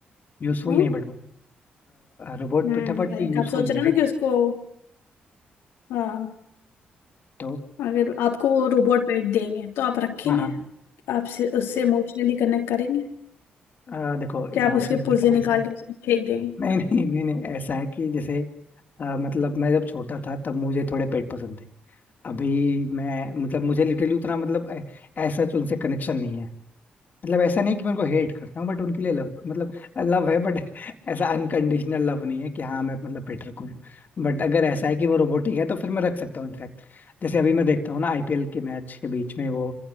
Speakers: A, on the left (about 50°); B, on the left (about 80°).
A: यूजफुल
B: Hmm
A: नहीं है बट वो रोबोट
B: hmm
A: पिट है बट
B: like
A: वो यूजफुल
B: आप सोच
A: नहीं
B: रहे
A: है
B: हो
A: राइट
B: ना कि उसको हाँ
A: तो
B: अगर आपको वो रोबोट पेट देंगे तो आप रखेंगे
A: हाँ
B: आपसे उससे इमोशनली कनेक्ट करेंगे
A: हाँ अ, देखो
B: कि
A: इमोशनली
B: आप उसके पुर्जे
A: का
B: निकाल
A: ऐसा है
B: के उसको फेंक देंगे
A: नहीं नहीं नहीं नहीं ऐसा है कि जैसे अ, मतलब मैं जब छोटा था तब मुझे थोड़े पेट पसंद थे अभी मैं मतलब मुझे लिटरली उतना मतलब ऐ- ऐसा उनसे कनेक्शन नहीं है मतलब ऐसा नहीं कि मैं उनको हेट करता हूँ बट उनके लिए लव मतलब लव है बट ऐसा अनकंडीशनल लव नहीं है कि हाँ मैं मतलब पेट रखूँ बट अगर ऐसा है कि वो रोबोटिक है तो फिर मैं रख सकता हूँ इनफैक्ट जैसे अभी मैं देखता हूँ ना आईपीएल के मैच के बीच में वो